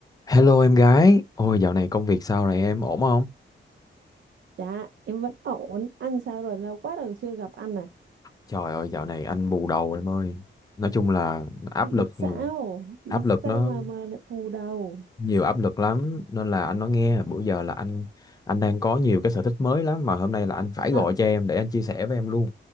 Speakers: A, on the left (about 20°); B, on the right (about 65°).
A: Hello em gái, ôi dạo này công việc sao rồi em, ổn không?
B: Dạ, em vẫn ổn. Ăn sao rồi? Lâu quá rồi chưa gặp anh này.
A: Trời ơi dạo này anh bù đầu em ơi. Nói chung là áp
B: Biển
A: lực,
B: sao? Biển
A: áp lực
B: sao
A: nó
B: mà mà lại phù đầu?
A: nhiều áp lực lắm nên là anh nói nghe, bữa giờ là anh anh đang có nhiều cái sở thích mới lắm mà hôm nay là anh phải gọi
B: À,
A: cho em để anh chia sẻ với em luôn.